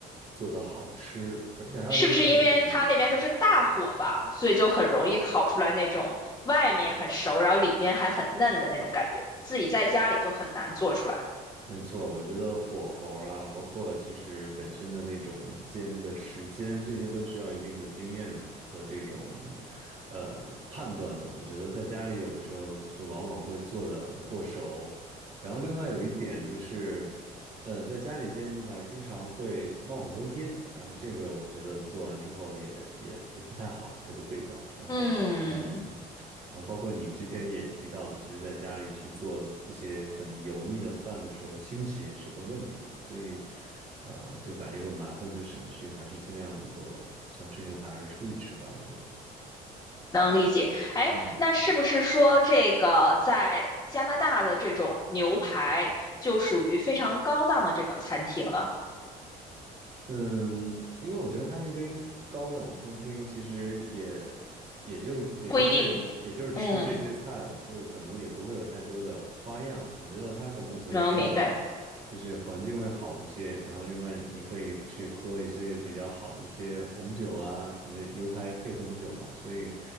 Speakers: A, on the right; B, on the left.
A: 做的好吃，而且还有一个问题，
B: 是不是因为它那边都是大火吧，所以就很容易烤出来那种外面很熟，然后里面还很嫩的那种感觉，自己在家里就很难做出来。
A: 没错，我觉得火候啊，包括其实本身的那种煎的时间，这些都需要一定的经验和这种呃判断的。我觉得在家里有的时候就往往会做的过熟，然后另外有一点就是，呃，在家里煎牛排经常会冒很多烟，然后这个我觉得做完之后也也也不太好，这个味道。然后嗯。
B: 嗯。
A: 啊，包括你之前也提到，其实在家里去做一些很油腻的饭的时候，清洗也是个问题，所以，啊、就把这个麻烦就省去，还是尽量如果想吃牛排，还是出去吃吧，我觉得。
B: 能理解。哎，
A: 嗯
B: 那是不是说这个在加拿大的这种牛排就属于非常高档的这种餐厅了？
A: 嗯，因为我觉得他那边高档餐厅其实也也就也就是也就是吃这些菜了，
B: 不一定，嗯，
A: 就是可能也不会有太多的花样。我觉得它可能所谓高档，
B: 能明白，
A: 就是环境会好一些，然后另外你可以去喝一些比较好的一些红酒啊，因为牛排配红酒嘛，所以